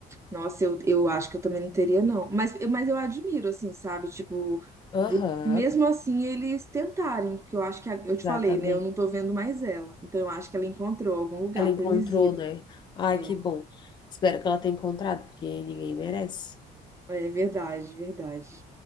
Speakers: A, on the right; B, on the left.
A: Nossa, eu, eu acho que eu também não teria, não. Mas, eu- mas eu admiro, assim, sabe? Tipo,
B: Aham,
A: de- mesmo assim eles tentarem, porque eu acho que, a- eu
B: exatamente.
A: te falei, né? Eu não tô vendo mais ela. Então eu acho que ela encontrou algum lugar
B: Ela encontrou,
A: pra eles irem.
B: né? Ai,
A: É,
B: que bom. Espero que ela tenha encontrado, porque ninguém merece.
A: é verdade, verdade.